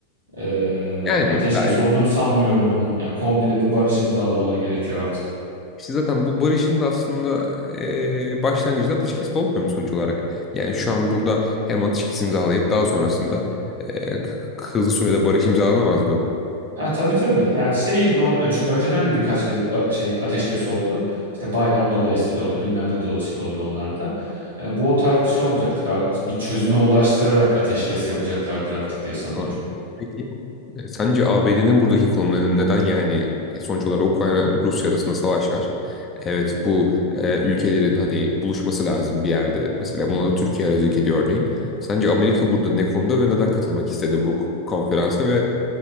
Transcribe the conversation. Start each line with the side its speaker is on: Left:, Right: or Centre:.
Right: Ee,
Left: Yani
Right: ateşkes
Left: ben-
Right: olduğunu sanmıyorum bunun. Yani komple bir barış imzalamaları gerekiyor artık.
Left: İşte zaten bu barışın da aslında eee başlangıcında ateşkes de olmuyor mu sonuç olarak? Yani şu an burada hem ateşkes imzalayıp daha sonrasında eee, k- hızlı sürede barış imzalanamaz mı?
Right: Ha tabii tabii. Yani şey non çünkü önceden de birkaç kez ba- şey ateşkes oldu. İşte bayram dolayısıyla oldu, bilmem ne dolayısıyla oldu onlar da. Ee, bu o tarz bir şey olmayacaktı. Artık bir çözüme ulaştırarak ateşkes yapacaklardır artık diye sanıyorum.
Left: Anladım. Peki e, sence ABD'nin buradaki konumu neden yani e, sonuç olarak Ukrayna-Rusya arasında savaş var? Evet bu e, ülkelerin hani buluşması lazım bir yerde. Mesela buna da Türkiye aracılık ediyor örneğin. Sence Amerika burada ne konuda ve neden katılmak istedi bu konferansa ve?